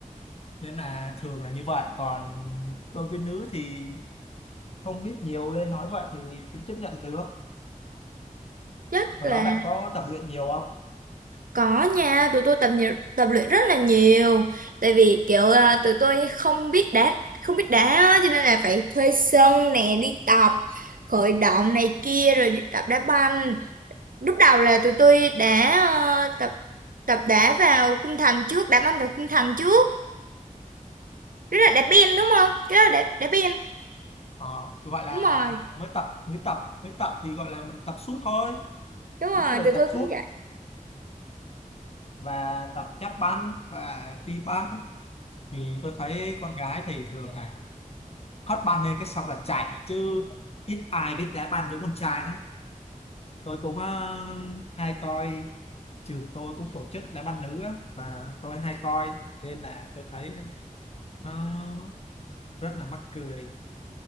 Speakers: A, on the left; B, on the right.
A: nên là thường là như vậy còn đối với nữ thì không biết nhiều nên nói vậy thì cũng chấp nhận được
B: rất
A: hồi
B: là
A: đó bạn có tập luyện nhiều không
B: Có nha, tụi tôi tập nhiều, tập luyện rất là nhiều. Tại vì kiểu à, tụi tôi không biết đá, không biết đá á, cho nên là phải thuê sân nè đi tập, khởi động này kia rồi đi tập đá banh. Lúc đầu là tụi tôi đã ờ, tập tập đá vào khung thành trước, đá banh vào khung thành trước. Đó là đá biên đúng không? Cái đó là đá, đá biên.
A: ờ, gọi là
B: Đúng rồi,
A: mới tập mới tập mới tập thì gọi là mình tập sút thôi
B: đúng
A: bốn
B: rồi,
A: người
B: tụi
A: tập
B: tôi
A: sút
B: cũng
A: và tập chát banh và đi banh thì tôi thấy con gái thì thường là hất banh lên cái xong là chạy chứ ít ai biết đá banh giống con trai lắm tôi cũng ờ, hay coi trường tôi cũng tổ chức đá banh nữ á, và tôi hay coi nên là tôi thấy nó rất là mắc cười